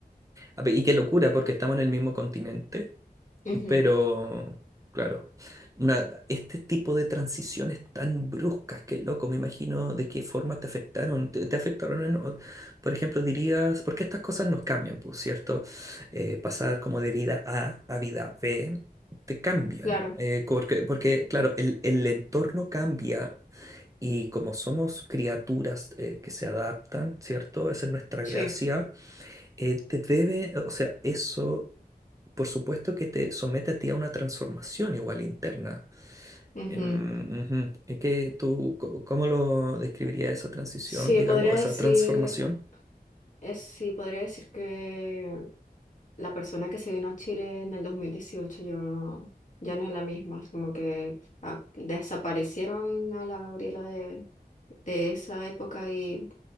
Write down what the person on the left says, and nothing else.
Ujú,
Claro,
sí.
ujú.
Sí,
podría
decir,
es, sí, podría decir que la persona que se vino a Chile en el 2018 yo ya no es la misma. Es como que ah, desaparecieron a la Gabriela de, de esa época y